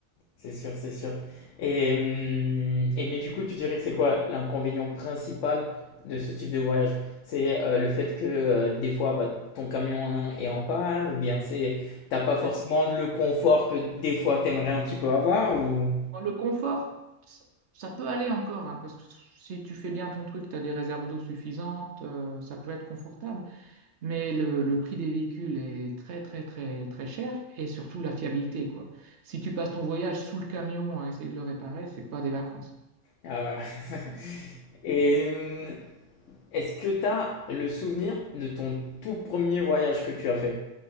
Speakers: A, on the left; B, on the right.
A: C'est sûr, c'est sûr. Et, hum, et mais du coup, tu dirais que c'est quoi l'inconvénient principal de ce type de voyage? C'est euh, le fait que euh, des fois, bah, ton camion est en panne, ou bien c'est t'as pas forcément
B: Ben,
A: le confort que des fois t'aimerais un petit peu avoir, ou
B: Dans le confort, ça, ça peut aller encore, hein, parce que si tu fais bien ton truc, tu as des réserves d'eau suffisantes, euh, ça peut être confortable. Mais le, le prix des véhicules est très, très, très, très cher et surtout la fiabilité, quoi. Si tu passes ton voyage sous le camion à essayer de le réparer, c'est pas des vacances.
A: ah ouais. <laughs> Et hum, est-ce que t'as le souvenir de ton tout premier voyage que tu as fait